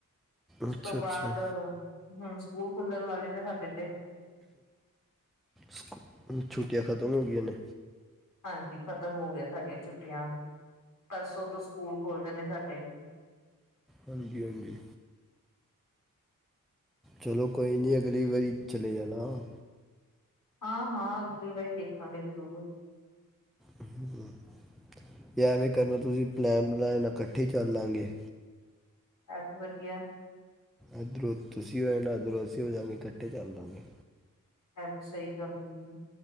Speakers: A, on the left; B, in the centre.
A: ਉਸ
B: ਅੱਛਾ
A: ਤੋਂ
B: ਅੱਛਾ
A: ਬਾਅਦ ਹਮ ਸਕੂਲ ਖੁਲਣ ਵਾਲੇ ਨੇ ਸਾਡੇ ਤੇ
B: ਸਕ ਛੁੱਟੀਆਂ ਖਤਮ ਹੋ ਗਈਆਂ ਨੇ
A: ਹਾਂਜੀ ਖਤਮ ਹੋ ਗਿਆ ਸਾਡੀਆਂ ਛੁੱਟੀਆਂ ਪਰਸੋਂ ਤੋਂ ਸਕੂਲ ਖੁੱਲ ਜਾਂਦੇ ਸਾਡੇ
B: ਹਾਂਜੀ, -ਹਾਂਜੀ ਚਲੋ ਕੋਈ ਨਹੀਂ ਅਗਲੀ ਵਾਰੀ ਚਲੇ ਜਾਣਾ
A: ਹਾਂ ਹਾਂ ਅਗਲੀ ਵਾਰੀ ਦੇਖਾਂਗੇ ਜ਼ਰੂਰ
B: ਹਮ ਐਵੇਂ ਕਰਨਾ ਤੁਸੀਂ ਪਲੈਨ ਬਣਾੈ ਇਕੱਠੇ ਚੱਲ ਲਾਂਗੇ
A: ਇਹ ਵੀ ਵਧੀਆ
B: ਇੱਧਰੋਂ ਤੁਸੀਂ ਹੋ ਜਾਣਾ ਇੱਧਰੋਂ ਅਸੀਂ ਹੋ ਜਾਗੇ ਇਕੱਠੇ ਚੱਲ ਜਾਵਾਂਗੇ
A: ਹੈ ਵੀ ਸਹੀ ਕਰਗੀ